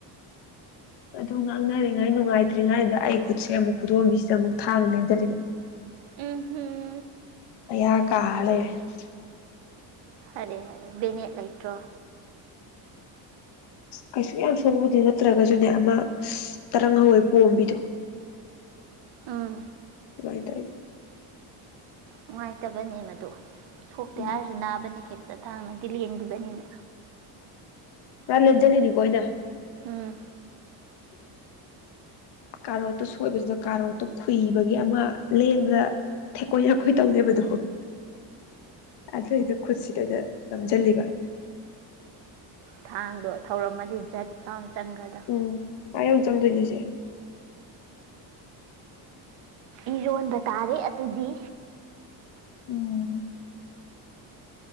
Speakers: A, on the left; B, on the right.
A: ꯑꯗꯨ ꯉꯥꯡꯅꯔꯤꯉꯩ ꯅꯨꯡꯉꯥꯏꯇ꯭ꯔꯤꯉꯩꯗ ꯑꯩ ꯈꯨꯠꯁꯦ ꯑꯃꯨꯛ ꯈꯨꯗꯣꯝꯕꯤꯁꯤꯗ ꯑꯃꯨꯛ ꯊꯥꯡ ꯂꯦꯟꯖꯜꯂꯤꯕ
B: ꯎꯝ ꯍꯝ
A: ꯌꯥ ꯀꯥꯂꯩꫪꯤ
B: ꯑꯔꯦ ꯍꯥꯏꯔꯦ ꯕꯦꯅꯦꯠ ꯂꯩꯇ꯭ꯔꯣ
A: ꯀꯩꯁꯨ ꯌꯥꯝ ꯁꯣꯛꯕꯗꯤ ꯅꯠꯇ꯭ꯔꯒꯁꯨꯅꯦ ꯑꯃ ꯇꯔꯪ ꯍꯧꯋꯦ ꯄꯣꯝꯕꯤꯗꯣ
B: ꯎꯝ
A: ꯏꯃꯥꯏ ꯇꯥꯏꯕ
B: ꯅꯨꯡꯉꯥꯏꯇꯕꯅꯦ ꯃꯗꯣ ꯁꯣꯛꯇꯦ
A: ꯎꯝ
B: ꯍꯥꯏꯔꯁꯨ ꯅꯥꯕꯅꯦ ꯍꯦꯛꯇ ꯊꯥꯡꯅꯗꯤ ꯂꯦꯡꯈꯤꯕꯅꯤꯅ
A: ꯃꯔ ꯂꯩꯖꯂꯤꯅꯤ ꯀꯣꯏꯅ
B: ꯎꯝ
A: ꯀꯥꯔꯣꯠꯇꯣ ꯁꯣꯏꯕꯁꯤꯗ ꯀꯥꯔꯣꯠꯇꯣ ꯈꯨꯨꯏꯕꯒꯤ ꯑꯃ ꯂꯦꯟꯕꯗ ꯊꯦꯛꯀꯣꯏ ꯍꯥꯀꯣꯏ ꯇꯧꯅꯦꯕꯗꯣ ꯑꯗꯨꯏꯗ ꯈꯨꯠꯁꯤꯗ ꯑꯣꯏꯅ ꯅꯝꯁꯤꯜꯂꯤꯕ
B: ꯊꯥꯡꯗꯣ ꯊꯧꯔꯝꯃꯗꯤ ꯖꯠ ꯌꯥꯝ ꯆꯟꯒ꯭ꯔꯗ
A: ꯎꯝ ꯑꯥ ꯌꯧ ꯆꯪꯗꯣꯏꯅꯦꯁꯦ
B: ꯏꯔꯣꯟꯕ ꯇꯥꯔꯦ ꯑꯗꯨꯗꯤ
A: ꯎꯝ